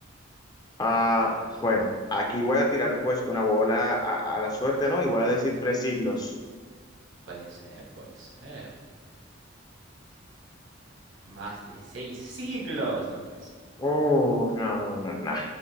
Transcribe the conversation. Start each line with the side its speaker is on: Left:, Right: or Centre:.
Left: Ah, bueno, aquí voy a tirar pues una bola a, a la suerte, ¿no? Y voy a decir tres siglos.
Right: Puede ser, puede ser. Más de seis siglos. No puede ser.
Left: Oh, no, no, no, no.